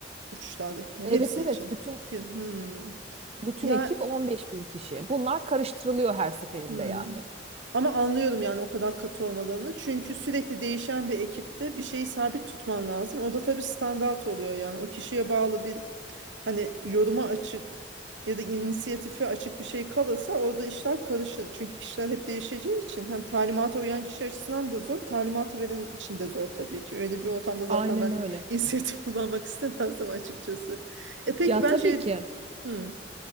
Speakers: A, on the right (about 85°); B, on the right (about 35°).
A: uçuşlardaki
B: Evet
A: hepsi
B: evet
A: için.
B: bütün
A: Film. Hmm.
B: Bütün
A: Ya
B: ekip 15 bin kişi. Bunlar karıştırılıyor her seferinde
A: Hmm.
B: yani.
A: Ama anlıyorum yani o kadar katı olmalarını. Çünkü sürekli değişen bir ekipte bir şeyi sabit tutman lazım. O da tabii standart oluyor yani. O kişiye bağlı bir hani yoruma açık ya da inisiyatife açık bir şey kalırsa orada işler karışır. Çünkü kişiler hep değişeceği için hem talimata uyan kişi açısından da zor, talimatı veren için de zor tabii ki. Öyle bir ortamda zaten
B: Aynen
A: ben
B: öyle.
A: <laughs> inisiyatif kullanmak istemezdim açıkçası. E peki
B: Ya
A: ben
B: tabii
A: şey
B: ki
A: hmm,